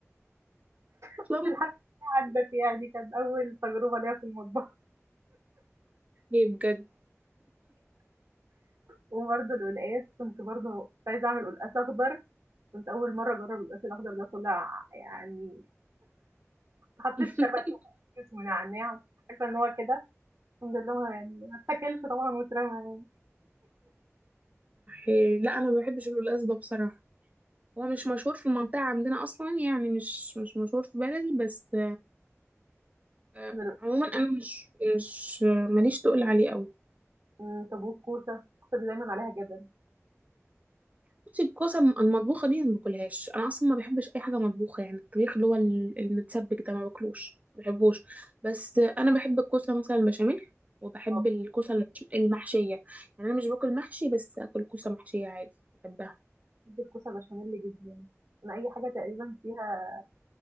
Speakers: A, on the right (about 70°); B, on the right (about 30°).
A: <laughs>
B: أصلا؟
A: الحاجة عدّت يعني كانت أول تجربة ليّا في المطبخ.
B: ايه بجد
A: وبرضه القلقاس كنت برضه كنت عايزة أعمل قلقاس أخضر كنت أول مرة أجرب القلقاس الأخضر ده طلع يعني حطيت
B: <laughs>
A: شبش وكيس ونعناع عارفة إن هو كده الحمد لله هو يعني ما اتاكلش طبعا واترمى يعني
B: إيه لا أنا ما بحبش القلقاس ده بصراحة هو مش مشهور في المنطقة عندنا أصلا يعني مش مش مشهور في بلدي بس آه،
A: من ال-
B: عموما أنا مش مش آه، ماليش تقول عليه أوي
A: من طابوق كوسة الكوسة دي دايما عليها جدل
B: بصي الكوسة الم- المطبوخة دي ما باكلهاش انا اصلا ما بحبش اي حاجة مطبوخة يعني الطبيخ اللي هو ال- المتسبك ده ما باكلوش ما بحبوش بس انا بحب الكوسة مثلا البشاميل وبحب
A: أه،
B: الكوسة المش- المحشية يعني انا مش باكل محشي بس اكل كوسة محشية عادي بحبها
A: بحب الكوسة بشاميل جدا أنا أي حاجة تقريبا فيها